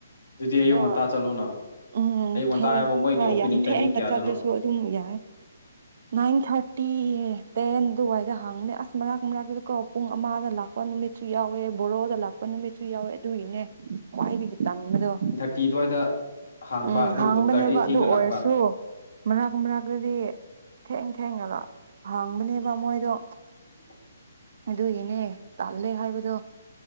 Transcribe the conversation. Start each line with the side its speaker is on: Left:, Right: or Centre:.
Left: ꯑꯗꯨꯗꯤ
Right: ꯑꯗꯣ
Left: ꯑꯌꯨꯛ ꯉꯟꯇꯥ ꯆꯠꯂꯣꯅ
Right: ꯎꯝ
Left: ꯑꯌꯨꯛ ꯉꯟꯇꯥ
Right: ꯊꯦꯡ
Left: ꯍꯥꯏꯕ ꯃꯣꯏꯒꯤ ꯑꯣꯄꯦꯅꯤꯡ
Right: ꯌꯥꯝ ꯊꯦꯡꯅ
Left: ꯇꯥꯏꯃꯤꯡ ꯀꯌꯥꯗꯅꯣ
Right: ꯆꯠꯂꯁꯨ ꯑꯗꯨꯝ ꯌꯥꯏ ꯅꯏꯟ ꯊꯥꯔꯇꯤ ꯇꯦꯟ ꯑꯗꯨꯋꯥꯏꯗ ꯍꯥꯡꯕꯅꯦ ꯑꯁ ꯃꯔꯛ ꯃꯔꯛꯄꯗ ꯀꯣ ꯄꯨꯡ ꯑꯃꯗ ꯂꯥꯛꯄ ꯅꯨꯃꯤꯠꯁꯨ ꯌꯥꯎꯋꯦ ꯕꯣꯔꯣꯗ ꯂꯥꯛꯄ ꯂꯥꯛꯄꯥ ꯅꯨꯃꯤꯠꯁꯨ ꯌꯥꯎꯋꯦ ꯑꯗꯨꯒꯤꯅꯦ ꯈ꯭ꯋꯥꯏꯗꯒꯤ ꯇꯟꯕꯗꯣ
Left: ꯇꯤ ꯑꯗꯨꯋꯥꯏꯗ ꯍꯥꯡꯕ
Right: ꯎꯝ
Left: ꯑꯗꯨ
Right: ꯍꯥꯡꯕꯅꯦꯕ
Left: ꯗꯣꯛꯇꯔꯗꯤ ꯊꯦꯡꯅ
Right: ꯑꯗꯨ ꯑꯣꯏꯔꯁꯨ
Left: ꯂꯥꯛꯄ
Right: ꯃꯔꯥꯛ ꯃꯔꯥꯛꯇꯗꯤ ꯊꯦꯡ ꯊꯦꯡꯉꯒ ꯍꯥꯡꯕꯅꯦꯕ ꯃꯣꯏꯗꯣ
Left: <inaudible>
Right: ꯑꯗꯨꯏꯅꯦ ꯇꯜꯂꯦ ꯍꯥꯏꯕꯗꯣ